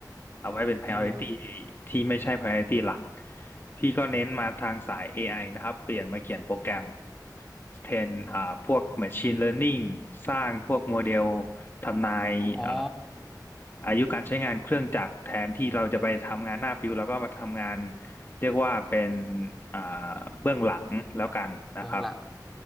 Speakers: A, on the left (about 30°); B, in the centre.
A: เอาไว้เป็น priority
B: อืม
A: ที่ไม่ใช่ priority หลัก พี่ก็เน้นมาทางสาย AI นะครับ เปลี่ยนมาเขียนโปรแกรมแทนอ่าพวก machine learning สร้างพวกโมเดล ทำนายอ่า
B: อ๋อ
A: อายุการใช้งานเครื่องจักรแทนที่เราจะไปทำงานหน้าฟิวแล้วก็มาทำงานเรียกว่าเป็นอ่าเบื้องหลังแล้วกันนะครับ
B: เบื้องหลัง